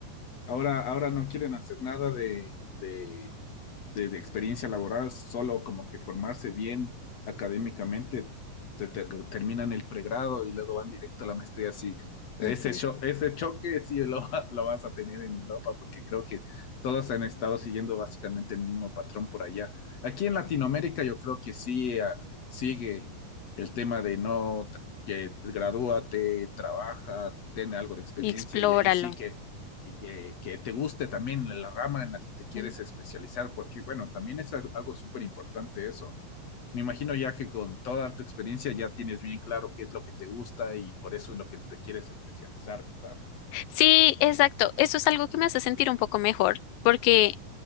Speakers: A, on the left; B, on the left.
A: Ahora, ahora no quieren hacer nada de, de- de- de experiencia laboral, solo como que formarse bien académicamente, se te- terminan el pregrado y luego van directo a la maestría. Sí, ese,
B: Ujú.
A: cho- ese choque sí lo, va- lo vas a tener en Europa porque creo que todos han estado siguiendo básicamente el mismo patrón por allá. Aquí en Latinoamérica yo creo que sí ah, sigue el tema de no, que gradúate, trabaja, ten algo de experiencia
B: Y explóralo.
A: y ahí sí que y que, que, te guste también la rama en la que te quieres
B: Mm.
A: especializar, porque bueno, también es algo súper importante eso. Me imagino ya que con toda tu experiencia ya tienes bien claro qué es lo que te gusta y por eso es lo que te quieres especializar, ¿verdad?
B: Sí, exacto. Eso es algo que me hace sentir un poco mejor, porque